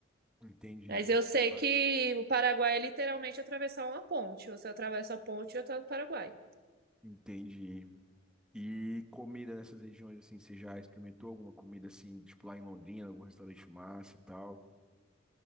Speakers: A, in the centre; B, on the right.
A: Entendi.
B: Mas eu sei
A: Ba-
B: que o Paraguai é literalmente atravessar uma ponte. Você atravessa a ponte e já tá no Paraguai.
A: Entendi. E comida nessas regiões, assim, você já experimentou alguma comida, assim, tipo lá em Londrina, algum restaurante massa e tal?